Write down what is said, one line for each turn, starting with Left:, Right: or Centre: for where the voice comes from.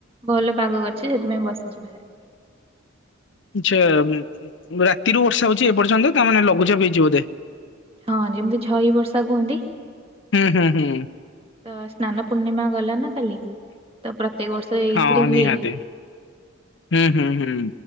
Right: ଭଲ ପାଗ କରିଛି ସେଥିପାଇଁ ବସିଛି ବାହାରେ।
Left: ଆଚ୍ଛା ଉଁ ଉଁ ରାତିରୁ ବର୍ଷା ହଉଛି ଏପର୍ଯ୍ୟନ୍ତ ତାମାନେ ଲଘୁଚାପ ହେଇଛି ବୋଧେ।
Right: ହଁ ଯେମିତି ଝରି ବର୍ଷା କୁହନ୍ତି?
Left: ହୁଁ ହୁଁ ହୁଁ।
Right: ତ ସ୍ନାନ ପୂର୍ଣ୍ଣିମା ଗଲା ନା କାଲି ତ ପ୍ରତ୍ୟେକ ବର୍ଷ ଏଇଥିରେ
Left: ହଁ
Right: ହୁଏ।
Left: ନିହାତି ହୁଁ ହୁଁ ହୁଁ।